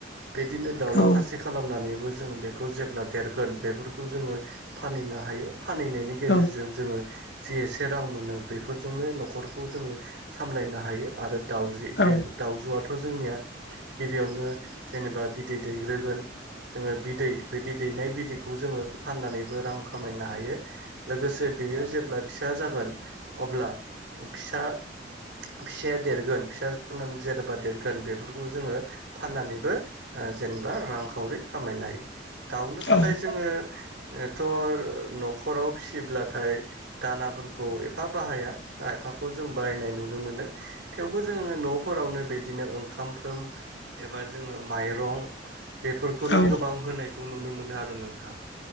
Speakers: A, on the right (about 85°); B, on the left (about 65°).
A: बिदिनो दाउला
B: औ
A: खासि खालामनानैबो जों बे खौ जेब्ला देरगोन बेफोरखौ जोङो फानहनो हायो फानहनायनि गेजेरजों
B: औ
A: जोङो जि एसे रां मोनो बेफोरजोंनो न'खरखौ जोङो सामलायनो हायो आरो दाउजि
B: औ
A: बे दाउजुआथ' जोंनिया गिबियावनो जेनेबा बिदै दैग्रोगोन जोङो बिदै बे बिदैनाय बिदैखौ जोङो फाननानै बो रां खामायनो हायो। लोगोसे बेयो जेब्ला फिसा जागोन अब्ला फिसा फिसाया देरगोन फिसा जानानै जेरबा देरगोन बेफोरखौ जोङो फाननानैबो जेने बा रांखावरि खामायनो हायो। दाउनो थाखाय
B: औ
A: जोङोथ' न'खराव फिसिब्ला थाय दानाफोरखौ एफा बाहाया एफाखौ जों बाहायनाय नुनो मोनो थेवबो जों जोङो न'फोरावनो बिदिनो ओंखामफ्रोम एबा जोङो माइरं बेफोरखौनो
B: औ
A: गोबां होनायखौ नुनो मोनो आरो नोंथां।